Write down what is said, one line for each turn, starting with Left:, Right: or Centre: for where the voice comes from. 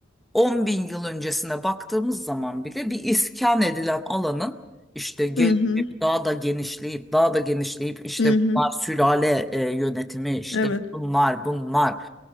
Centre: 10 bin yıl öncesine baktığımız zaman bile bir iskan edilen alanın işte gelişip
Left: Hı hı.
Centre: daha da genişleyip daha da genişleyip işte
Left: Hı hı.
Centre: bunlar sülale e, yönetimi işte
Left: Evet.
Centre: bunlar bunlar